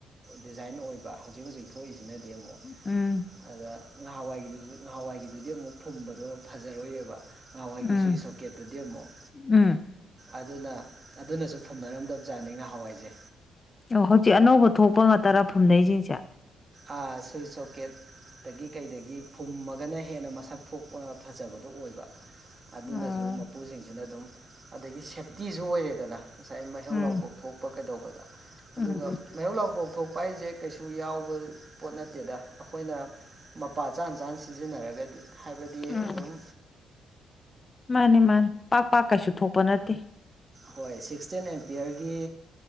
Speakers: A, on the right; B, on the left.
A: ꯗꯤꯖꯥꯏꯟ ꯑꯣꯏꯕ ꯍꯧꯖꯤꯛ ꯍꯧꯖꯤꯛ ꯊꯣꯛꯏꯁꯤꯅꯗꯤ ꯑꯃꯨꯛ
B: ꯎꯝ
A: ꯑꯗ ꯉꯍꯥꯟꯋꯥꯏꯒꯤꯗꯨꯁꯨ ꯉꯍꯥꯟꯋꯥꯏꯒꯤꯗꯨꯗꯤ ꯑꯃꯨꯛ ꯐꯨꯝꯕꯗꯣ ꯐꯖꯔꯣꯏꯏꯑꯕ ꯅꯍꯥꯟꯋꯥꯏꯒꯤ
B: ꯎꯝ
A: ꯁꯨꯏ ꯁꯣꯀꯦꯠꯇꯨꯗꯤ ꯑꯃꯨꯛ
B: ꯎꯝ
A: ꯑꯗꯨꯅ ꯑꯗꯨꯅꯁꯨ ꯐꯝꯅꯔꯝꯗꯕꯖꯥꯠꯅꯤ ꯉꯍꯥꯟꯋꯥꯏꯖꯦ
B: ꯑꯣ ꯍꯧꯖꯤꯛ ꯑꯅꯧꯕ ꯊꯣꯛꯄ ꯉ ꯇꯔꯥ ꯐꯨꯝꯅꯩꯁꯤꯡꯁꯦ
A: ꯑꯥ ꯁ꯭ꯋꯏꯠ ꯁꯣꯀꯦꯠ ꯗꯒꯤ ꯀꯩꯗꯒꯤ ꯐꯨꯝꯃꯒꯅ ꯍꯦꯟꯅ ꯃꯁꯛ ꯊꯣꯛꯄ ꯐꯖꯕꯗꯨꯣ ꯑꯣꯏꯕ ꯑꯗꯨꯅꯁꯨ
B: ꯎꯝ
A: ꯃꯄꯨꯁꯤꯡꯁꯤꯅ ꯑꯗꯨꯝ ꯑꯗꯒꯤ ꯁꯦꯞꯇꯤꯁꯨ ꯑꯣꯏꯔꯦꯗꯅ ꯉꯁꯥꯏ ꯃꯩꯍꯧ
B: ꯎꯝ
A: ꯂꯥꯡꯄꯣꯛ ꯊꯣꯛꯄ ꯀꯩꯗꯧꯕꯗ ꯑꯗꯨꯒ
B: ꯎꯝ
A: ꯃꯩꯍꯧ ꯂꯥꯡꯄꯣꯛ ꯊꯣꯛꯄ ꯎꯄꯥꯏꯁꯦ ꯀꯩꯁꯨ ꯌꯥꯎꯕ ꯄꯣꯠ ꯅꯠꯇꯦꯗ ꯑꯩꯈꯣꯏꯅ ꯃꯄꯥ ꯆꯥ ꯆꯥꯅ ꯁꯤꯖꯤꯟꯅꯔꯒꯗꯤ ꯍꯥꯏꯕꯗꯤ
B: ꯎꯝ
A: ꯑꯗꯨꯝ
B: ꯃꯥꯅꯤ ꯃꯥꯅꯤ ꯄꯥꯛ ꯄꯥꯛ ꯀꯩꯁꯨ ꯊꯣꯛꯄ ꯅꯠꯇꯦ
A: ꯍꯣꯏ ꯁꯤꯛꯁꯇꯤꯟ ꯑꯦꯝꯄꯤꯌꯔꯒꯤ